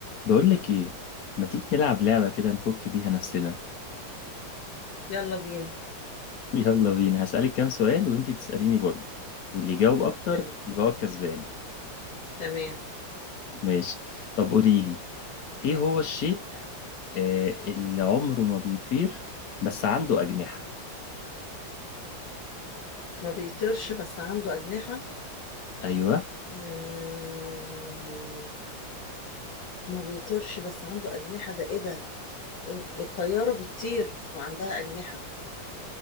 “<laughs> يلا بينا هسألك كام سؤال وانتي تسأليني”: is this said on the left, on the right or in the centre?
Left